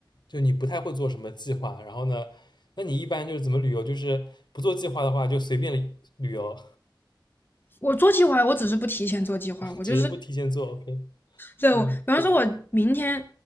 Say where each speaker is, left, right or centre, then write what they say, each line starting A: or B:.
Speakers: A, on the left (about 60°); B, on the left (about 25°).
A: 就你不太会做什么计划，然后呢，那你一般就是怎么旅游？就是不做计划的话，就随便旅游，
B: 我做计划，我只是不提前做计划，
A: <laughs>
B: 我就是，
A: 只是不提前做。OK，
B: 对，
A: 嗯
B: 我，比方说，我明天，